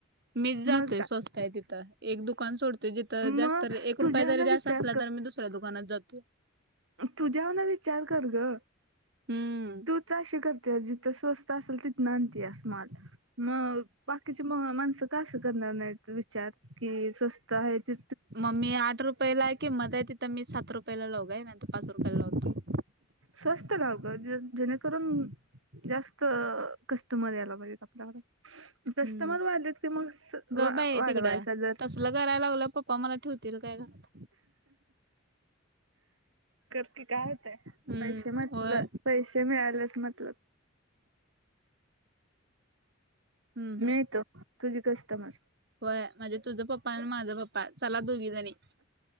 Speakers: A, on the right; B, on the right.
A: मी जातोय
B: मग काय
A: स्वस्त आहे तिथं एक दुकान सोडतोय जिथ तर
B: मग
A: जास्त एक
B: तुझ्याहून
A: रुपया जरी
B: विचार
A: जास्त असला तर मी दुसऱ्या दुकानात जातो.
B: तुझ्या वर्ण न विचार कर ग
A: हम्म
B: तू तूच अशी करतेज जिथ स्वस्त असल तिथंन अंत्यास माल. मग बाकीचे म -माणसं का असं करणार नाही विचार, की स्वस्त आहे ति
A: मग मी आठ रुपयाला आहे की मध्ये तिथ मी सात रुपयला लाऊ काय नाय तर पाच रुपयाला लावतो.
B: स्वस्त लाव ग ज- जेणेकरून जास्त कस्टमर यायला पाहिजेत आपल्याकड. कस्टमर
A: हम्म
B: वाढलेत की मग
A: गप
B: वा
A: बाई
B: -वाढवायचा
A: तिकडं
B: दर.
A: तसलं
B: <inaudible>
A: करायला लागलं पप्पा मला ठेवतील काय घरात.
B: कर की काय होतंय
A: हम्म
B: पैसे म्हटलं
A: होय
B: पैसे मिळाल्याशी मतलब.
A: हम्म
B: मी
A: हम्म
B: येतो तुझी कस्टमर.
A: होय म्हणजे तुझं पप्पा आणि माझ पप्पा चला दोघी जणी.